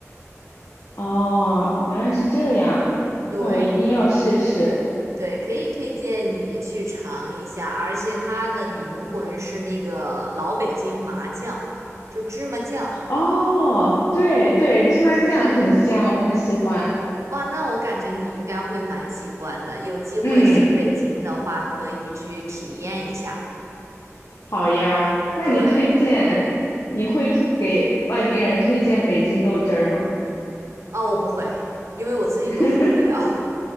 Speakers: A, on the left (about 70°); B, on the right (about 65°).
A: 哦，原来是这样，
B: 对
A: 那我一定要试试。
B: 对，可以推荐你去尝一下，而且它的灵魂是那个老北京麻酱，就芝麻酱。
A: 哦，对对，芝麻酱很香，我很喜欢。
B: 哇，那我感觉你应该会蛮喜欢的，有机会去北京的话，
A: 嗯，
B: 可以去体验一下。
A: 好呀，那你推荐，
B: 对。
A: 你会推给外地人推荐北京豆汁儿吗？
B: 啊，我不会，因为我自己都喝不了。
A: <laughs>